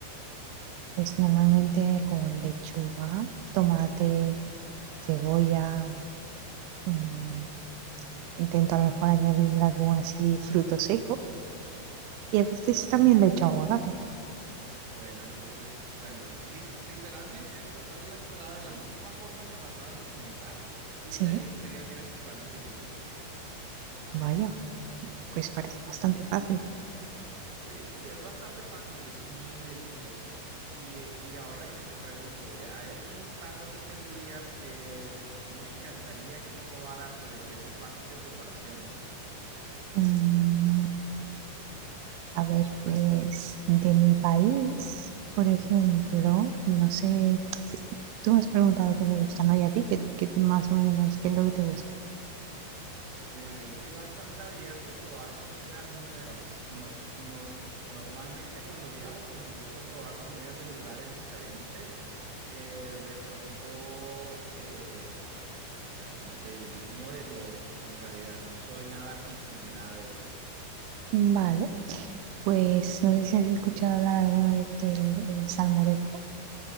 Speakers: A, on the right; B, on the right.
A: Pues normalmente con lechuga, tomate, cebolla, mm, intento a lo mejor añadirle algún así fruto seco y a veces también le echo aguacate.
B: Bueno, entonces, bueno, lis- literalmente prepara la ensalada de la misma forma que me lo acabas de comentar y
A: Sí,
B: ahí enseguida tienes tu plato típico.
A: vaya, pues parece bastante fácil.
B: Sí, sí, es bastante fácil y es muy delicioso. Y, eh, y ahora y te pregunto, ¿y ¿hay algún plato así que tú digas que a mí me encantaría que tú probaras o de que es de fácil de preparación?
A: Mm, a ver, pues de mi país, por ejemplo, no sé, tú me has preguntado qué me gusta, ¿no? Y a ti, ¿qué, qué te- más o menos, qué es lo que te gusta?
B: Bueno, yo estoy bastante abierto a probar comidas nuevas. Nos, no, normalmente cuando viajo, pues me gusta probar comidas de lugares diferentes. Eh, de pronto, eh, o sea, como te digo, yo como de todo. En realidad, no soy nada picky ni nada de eso.
A: Vale. Pues no sé si has escuchado hablar alguna vez del el salmorejo.